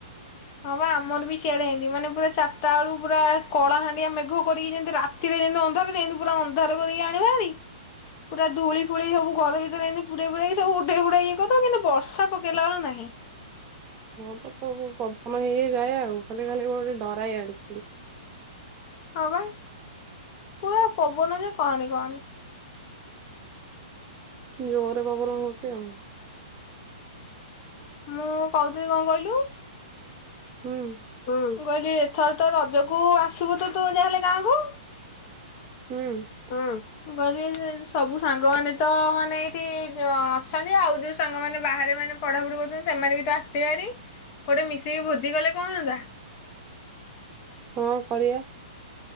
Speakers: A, on the left; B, on the right.
A: ହଁ ବା ଆମର ବି ସିଆଡେ ଏନ୍ତି ମାନେ ପୁରା ଚାରିଟା ଏଳୁ ପୁରା କଳାହାଣ୍ଡିଆ ମେଘ କରିକି ଯେମିତି ରା ତିରେ ଜେନ୍ତି ଅନ୍ଧାର ସେନ୍ତି ପୁରା ଅନ୍ଧାର କରିକି ଆଣିବ ଭାରି ପୁରା ଧୂଳି ଫୁଳି ସବୁ ଘର ଭିତରେ ଏନ୍ତି ପୁରେଇ ପୁରେଇ ସବୁ ଉଡେଇ ଫୁଡେଇ ଇଏ କରି ଦବ କିନ୍ତୁ ବର୍ଷା ପକେଇଲାଳୁ ନାହିଁ।
B: ହଁ ତ ସବୁ ପବନ ହେଇ ହେଇ ଯାଏ ଆଉ ଖାଲି ଖାଲି ଗୋଟେ ଡରାଏ ଇଆଡେ ଖାଲି।
A: ହଁ ବା ପୁରା ପବନ ଯେ କହନି କହନି।
B: ଜୋରରେ ପବନ ହଉଛି ଆଉ।
A: ମୁଁ କହୁଥିଲି କଣ କହିଲୁ?
B: ହୁଁ।
A: ହୁଁ ମୁ କହିଲି ଏଥର ତ ରଜକୁୁ ଆସୁବୁତ ତୁ ଯାହାହେଲେ ଗାଁକୁ।
B: ହୁଁ।
A: ହୁଁ। ମୁଁ କହିଲି ସବୁ ସାଙ୍ଗମାନେ ତ ମାନେ ଏଇଠି ଅଛନ୍ତି ଆଉ ଯେଉଁ ସାଙ୍ଗମାନେ ବାହାରେ ମାନେ ପଢାପଢି କରୁଛନ୍ତି ସେମାନେ ବି ତ ଆସିଥିବେ ଭାରି ଗୋଟେ ମିଶିକି ଭୋଜି କଲେ କଣ ହନ୍ତା?
B: କଣ କରିଆ?